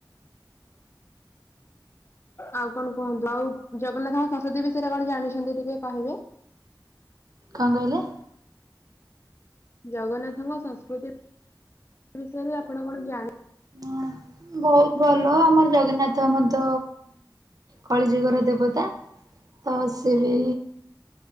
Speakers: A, on the left (about 35°); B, on the right (about 50°).
A: ଆଉ କଣ କୁହନ୍ତୁ ଆଉ ଜଗନ୍ନାଥଙ୍କ ସଂସ୍କୃତି ବିଷୟରେ କଣ ଜାଣିଛନ୍ତି ଟିକେ କହିବେ?
B: କଣ କହିଲେ?
A: ଜଗନ୍ନାଥଙ୍କ ସଂସ୍କୃତି ବିଷୟରେ ଆପଣ କଣ ଜାଣି
B: ହଁ ବହୁତ ଭଲ ଆମର ଜଗନ୍ନାଥ ମଧ୍ୟ କଳିଯୁଗର ଦେବତା ତ ସେ ବି